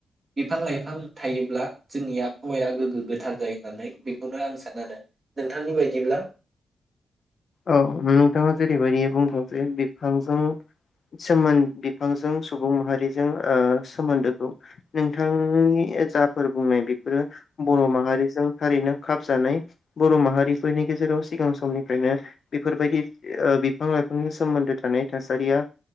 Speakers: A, on the right; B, on the left.
A: बिफां लाइफां बिफां थायोब्ला जोंनि आबहावाया गोग्गो गोथार जायो होननानै बेखौनो आं सानो आरो नोंथांनि बायदिब्ला
B: औ नोंथाङा जेरैबायदि बुंदों जे बिफांजों सोमोन बिफांजों सुबुं माहारिजों ओ सोमोन्दोखौ नोंथांनि जाफोर बुंनाय बेफोरो बर' माहारिजों हारिनो खाबजानाय बर' माहारिफोरनि गेजेराव सिगां समनिफ्रायनो बेफोरबायदि ओ बिफां लाइफांनि सोमोन्दो थानाय थासारिया